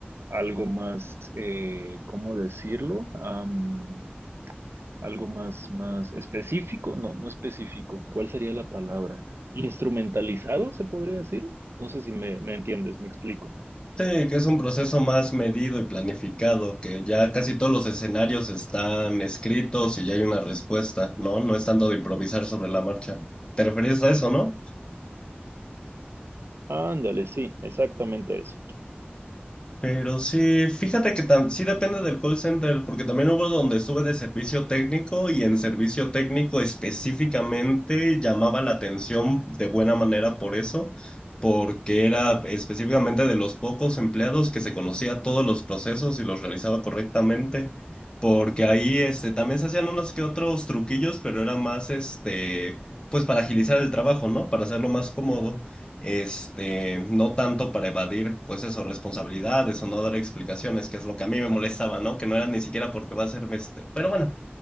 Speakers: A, on the right; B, on the left.
A: algo más, eh, ¿cómo decirlo? Am, algo más, más específico. No, no específico. ¿Cuál sería la palabra? Instrumentalizado, se podría decir. No sé si me, me entiendes, me explico.
B: Sí, que es un proceso más medido y planificado, que ya casi todos los escenarios están escritos y ya hay una respuesta, ¿no? No es tanto de improvisar sobre la marcha. ¿Te referís a eso, no?
A: Ándale, sí, exactamente eso.
B: Pero sí, fíjate que tam- sí depende del call center, porque también hubo donde estuve de servicio técnico y en servicio técnico específicamente llamaba la atención de buena manera por eso, porque era específicamente de los pocos empleados que se conocía todos los procesos y los realizaba correctamente, porque ahí este, también se hacían unos que otros truquillos, pero era más este, pues para agilizar el trabajo, ¿no? Para hacerlo más cómodo este, no tanto para evadir, pues eso, responsabilidades o no dar explicaciones, que es lo que a mí me molestaba, ¿no? Que no era ni siquiera porque va a ser este. Pero bueno,